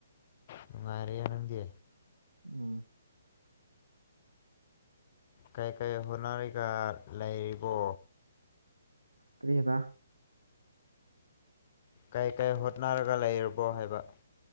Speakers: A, on the left; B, on the right.
A: ꯅꯨꯡꯉꯥꯏꯔꯦ ꯅꯪꯗꯤ
B: ꯎꯝ
A: ꯀꯩ ꯀꯩ ꯍꯣꯠꯅꯔꯤꯒ ꯂꯩꯔꯤꯕꯣ
B: ꯀꯔꯤ ꯍꯥꯏꯕ
A: ꯀꯩ ꯀꯩ ꯍꯣꯠꯅꯔꯒ ꯂꯩꯔꯕꯣ ꯍꯥꯏꯕ